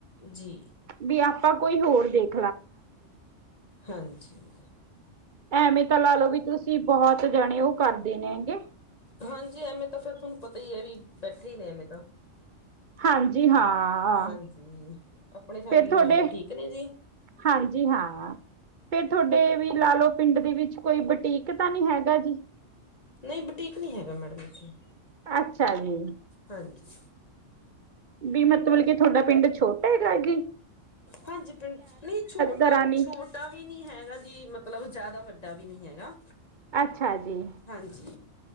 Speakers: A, on the left (about 30°); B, on the right (about 45°).
A: ਜੀ
B: ਵੀ ਆਪਾਂ ਕੋਈ ਹੋਰ ਵੇਖ
A: ਹਾਂਜੀ।
B: ਐਵੇਂ ਤਾਂ ਲਾ ਲੋਓ ਵੀ ਤੁਸੀਂ ਬਹੁਤ ਜਾਣੇ ਓਹ ਕਰਦੇ ਨੇਗੇ।
A: ਹਾਂਜੀ ਐਵੇਂ ਤਾਂ ਫੇਰ ਤੁਹਾਨੂੰ ਪਤਾ ਈ ਐ ਵੀ ਬੈਠੇ ਈ ਨੇ ਐਂਵੇ ਤਾਂ।
B: ਹਾਂਜੀ ਹਾਂ।
A: ਹਾਂਜੀ, ਆਪਣੇ ਫੈਮਲੀ
B: ਫੇਰ ਤੁਹਾਡੇ
A: ਮੈਂਬਰ ਠੀਕ ਨੇ ਜੀ।
B: ਹਾਂਜੀ ਹਾਂ, ਤੇ ਤੁਹਾਡੇ ਵੀ ਲਾ ਲਓ ਪਿੰਡ ਦੇ ਵਿੱਚ ਕੋਈ ਬਟੀਕ ਤਾ ਨੀ ਹੈਗਾ ਜੀ?
A: ਨਈ ਬਟੀਕ ਨੀ ਹੈਗਾ ਮੈਡਮ ਇੱਥੇ।
B: ਅੱਛਾ ਜੀ।
A: ਹਾਂਜੀ।
B: ਵੀ ਮਤਬਲ ਕਿ ਤੁਹਾਡਾ ਪਿੰਡ ਛੋਟਾ ਹੈਗਾ ਕੀ।
A: ਹਾਂਜੀ ਪਿੰਡ ਨਈ ਛੋਟਾ
B: ਤਰ੍ਹਾਂ ਨੀ
A: ਛੋਟ ਤਾ ਵੀ ਨੀ ਹੈਗਾ ਜੀ ਮਤਲਬ ਜ਼ਿਆਦਾ ਵੱਡਾ ਵੀ ਨੀ ਹੈਗਾ।
B: ਅੱਛਾ ਜੀ।
A: ਹਾਂਜੀ,